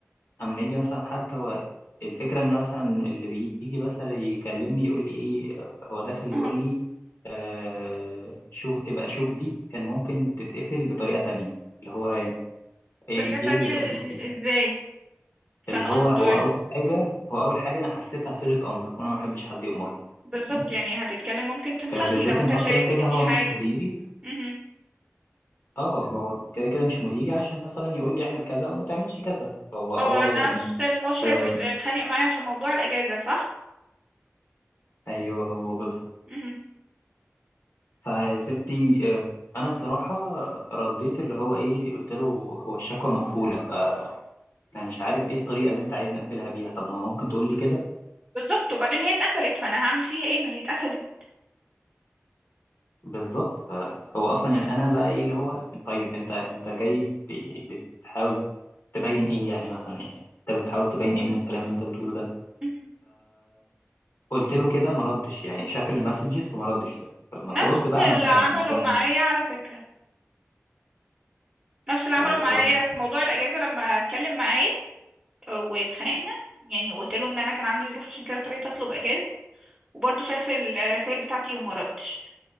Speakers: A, on the left; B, on the right.
A: اما يجي مثلا حد هو الفكره ان أنا مثلا اللي بيجي مثلا يكلمني يقول لي ايه هو داخل
B: اه
A: يقول لي آه شوف ابقى شوف دي كان ممكن تتقفل بطريقه تانية اللي هو ايه ايه
B: طريقة تانية
A: اللي ابقى شوف دي دي
B: ازاي
A: اللي
B: كان
A: هو
B: قصده
A: هو
B: ايه
A: اول حاجه هو اول حاجه انا حسيتها صيغه امر وانا ما بحبش حد يامرني
B: بالظبط
A: فاهماني
B: يعني هتتكلم ممكن تنصحني
A: آه بالذات
B: لو انت
A: ان هو
B: شايف
A: كده كده
B: ان في
A: هو
B: حاجة
A: مش مديري
B: مهم.
A: اه هو كده كده مش مديري عشان مثلا يقول لي اعمل كذا او ما تعملش كذا هو اه
B: هو نفس
A: يعني
B: المشرف
A: آه
B: اللي اتخانق معايا عشان موضوع الأجازة صح
A: ايوه هو بالظبط
B: مهم.
A: فيا ستي آه، انا الصراحه رديت اللي هو ايه قلت له هو الشكوى مقفوله فانا مش عارف ايه الطريقه اللي انت عايز نقفلها بيها طب ما ممكن تقول لي كده
B: بالظبط وبعدين هي اتقفلت فانا هعمل فيها ايه ما هي اتقفلت
A: بالظبط فهو اصلا يعني انا بقى ايه اللي هو طيب انت انت جاي ب- بتحاول تبين ايه يعني مثلا يعني انت بتحاول تبين ايه من الكلام اللي انت بتقوله ده
B: مهم.
A: فقلت له كده ما ردش يعني شاف المسجز وما ردش طب ما
B: نفس
A: ترد بقى ما
B: اللي
A: انت
B: عمله
A: انت مش
B: معايا على فكرة نفس اللي عمله
A: اللي
B: معايا
A: هو
B: في موضوع الأجازة لما اتكلم معاه اه، واتخانقنا يعني وقلت له ان انا كان عندي ظروف عشان كده اضطريت اطلب اجازه وبرضه شاف الرسائل بتاعتي وما ردش